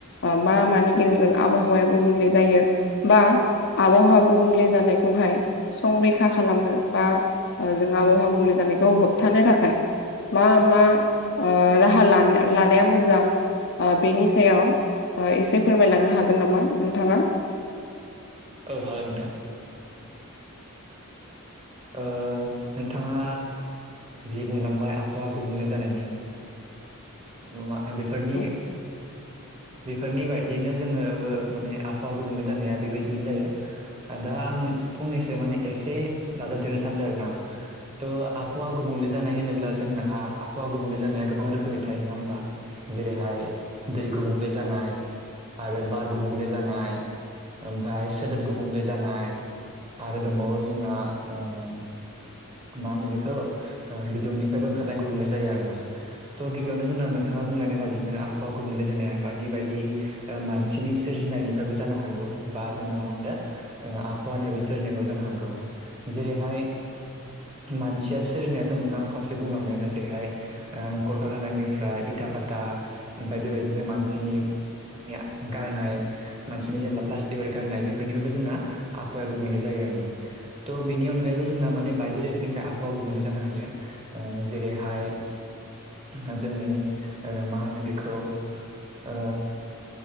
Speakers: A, on the left (about 55°); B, on the right (about 25°).
A: ओ मा मानि गेजेरजों आबहावाया गुबुंले जायो? बा आबावहा गुबुंले जानायखौहाय संरैखा खालामनो बा ओ जों आबावहा गुबुंले जानायखौ होबथानो थाखाय मा मा ओ राहा लान-लानाया मोजां ओ बेनि सायाव ओ एसे फोरमायलांनो हागोन नामा नोंथाङा
B: औ हागोन नोंथां ओ नोंथाङा जि बुंलांबाय आबहावा गुबुंले जानायनि ओ मा बेफोरनि
A: <inaudible>
B: बेफोरनि बायदियैनो जोङोबो माने आभावा गुबुंले जानाया बेबायदिनो जायो आ दा आं फंनैसो माने एसे दाजाबदेरनो सानदों आरो ना
A: <inaudible>
B: थ' आबहावा गुबुंले जानाय होनोब्ला जोंनाहा आबहावा गुबुंले जानाया गोबां रोखोमनि थायो नङा होमबा? जेरैहाय दै गुबुंले जानाय आरो बार गुबुंले जानाय ओमफ्राय सोदोब गुबुंले जानाय। आरो दंबावो जोंना ओम मा होनो बेखौ ओ बिदुंनिफ्रायबो ओंखारनाय गुबुंले जायो आरोना। थ' गिबियावनो जोंना नोंथाङा बुंलायनाय बायदिनो आबहावा गुबुंले जानाया बायदि बायदि ओ मानसिनि सोरजिनायनिफ्रायबो जानो हागौ बा जोंना मा होनदों ओआबहावानिफ्रायबो सोरजिनायबो जानो हागौ, जेरैहाय मानसिया सोरजिनायाथ' नोंथांङा खावसे बुंलांबायानो जेरैहाय ओ कलकारखानानिफ्राय इथा भाता बायदि बायदिनो मानसिनि या गारनाय मानसिनि जेनेब्ला प्लास्टिकफोर गारनाय बेफोरनिफ्रायबो जोंना आहावाया गुबुंले जायो आरो ना त' बेनि अनगायैबो जोंना माने बाइक बिदि रोखोमनिफ्राय आबहावा गुबुंले जानो हायो ओ जेरैहाय ओ जोंनि ओ मा होनो बेखौ ओ